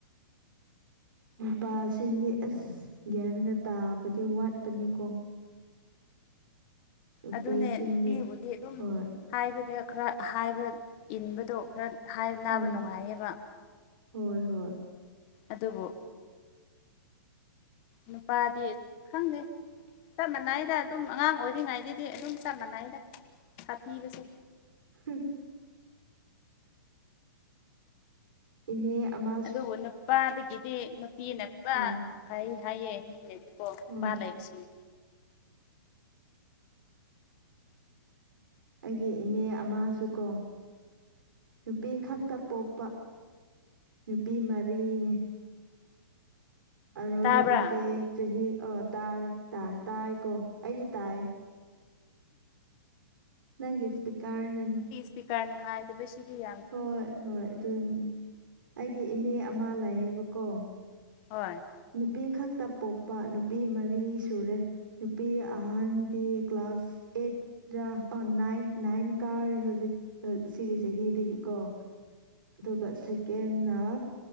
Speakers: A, on the right; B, on the left.
A: ꯄꯥꯁꯤꯡꯗꯤ ꯑꯁ ꯒ꯭ꯌꯥꯟꯒ ꯇꯥꯕꯗꯤ ꯋꯥꯠꯄꯅꯤꯀꯣ ꯅꯨꯄꯤꯁꯤꯡꯗꯤ
B: ꯑꯗꯨꯅꯦ ꯅꯨꯄꯤꯕꯨꯗꯤ ꯑꯗꯨꯝ
A: ꯍꯣꯏ
B: ꯍꯥꯏꯕꯗ ꯈꯔ ꯍꯥꯏꯕ ꯏꯟꯕꯗꯣ ꯈꯔ
A: ꯍꯣꯏ
B: ꯅꯥꯕ ꯅꯨꯡꯉꯥꯏꯌꯦꯕ
A: ꯍꯣꯏ ꯍꯣꯏ
B: ꯑꯗꯨꯕꯨ ꯅꯨꯄꯥꯗꯤ ꯈꯪꯗꯦ ꯆꯞ ꯃꯥꯟꯅꯏꯗ ꯑꯗꯨꯝ ꯑꯉꯥꯡ ꯑꯣꯏꯔꯤꯉꯩꯗꯗꯤ ꯑꯗꯨꯝ ꯆꯞ ꯃꯥꯟꯅꯩꯗ ꯁꯥꯊꯤꯕꯁꯦ
A: ꯎꯝ ꯏꯅꯦ ꯑꯃ
B: ꯑꯗꯨꯕꯨ ꯅꯨꯄꯥꯗꯒꯤꯗꯤ ꯅꯨꯄꯤꯅ ꯄꯨꯔ
A: ꯍꯣꯏ
B: ꯍꯥꯏ ꯍꯥꯏꯌꯦ ꯃꯤꯅꯗꯤꯀꯣ ꯅꯨꯄꯥ
A: ꯍꯣꯏ
B: ꯂꯩꯕꯁꯤꯡ
A: ꯑꯩꯒꯤ ꯏꯅꯦ ꯑꯃꯁꯨ ꯀꯣ ꯅꯨꯄꯤ ꯈꯛꯇ ꯄꯣꯛꯄ ꯅꯨꯄꯤ ꯃꯔꯤꯅꯤ ꯑꯔꯣꯏꯕꯁꯦ
B: ꯇꯥꯕ꯭ꯔꯥ
A: ꯆꯍꯤ ꯑꯥ ꯇꯥꯔꯦ ꯇꯥꯏꯀꯣ ꯑꯩꯗꯤ ꯇꯥꯏ ꯅꯪꯒꯤ ꯏꯁꯄꯤ ꯀꯥꯔꯅꯅꯦ
B: ꯁꯄꯤꯀꯔ ꯅꯨꯡꯉꯥꯏ ꯑꯗꯨ ꯁꯤꯔꯤ ꯌꯥꯝ <inaudible>
A: ꯍꯣꯏ ꯍꯣꯏ ꯑꯗꯨꯅꯤꯅꯦ ꯑꯩꯒꯤ ꯏꯅꯦ ꯑꯃ ꯂꯩꯌꯦꯕꯀꯣ
B: ꯍꯣꯏ
A: ꯅꯨꯄꯤ ꯈꯛꯇ ꯄꯣꯛꯄ ꯅꯨꯄꯤ ꯃꯔꯤ ꯁꯨꯔꯦ ꯅꯨꯄꯤ ꯑꯍꯟꯗꯤ ꯀ꯭ꯂꯥꯁ ꯑꯦꯠ ꯗ꯭ꯔꯥ ꯑ ꯅꯥꯏꯟ ꯅꯥꯏꯟ ꯀꯥꯔꯦ ꯍꯧꯖꯤꯛ ꯁꯤꯒꯤ ꯆꯍꯤꯗꯒꯤꯀꯣ ꯑꯗꯨꯒ ꯁꯦꯀꯦꯟꯅ